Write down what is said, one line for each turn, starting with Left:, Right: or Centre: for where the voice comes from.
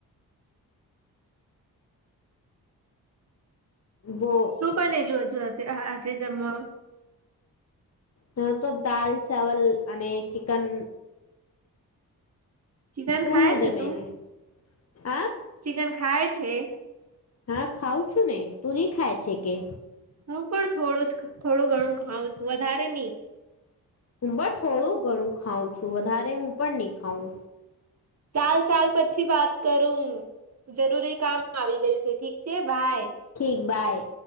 Left: બો
Right: શું પણ એલું હજુ આજે જમવા
Left: હ, તો દાલ ચાવલ અને ચિકન
Right: ચિકન
Left: તું
Right: ખાય
Left: હું જમલી
Right: છે તું
Left: હ
Right: ચિકન ખાય છે.
Left: હા, ખાઉ છું ને? તુની ખાય છે કે?
Right: હું પણ થોડું જ, થોડું ઘણું ખઉં છું. વધારે નહીં.
Left: હું પણ થોડું ઘણું ખાઉં છું. વધારે હું પણ નહીં ખાઉં.
Right: ચાલ, ચાલ. પછી વાત કરું. જરૂરી કામ આવી ગયું છે. ઠીક છે ભાઈ.
Left: ઠીક, બાય.